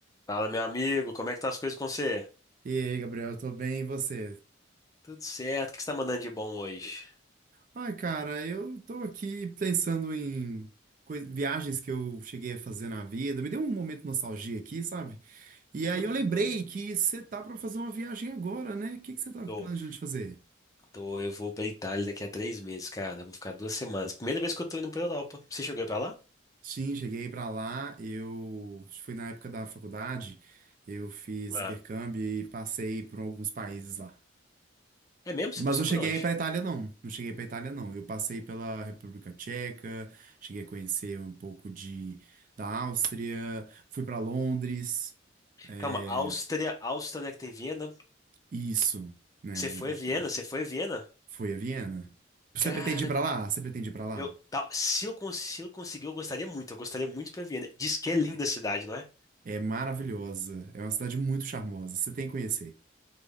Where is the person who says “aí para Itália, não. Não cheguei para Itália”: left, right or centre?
Right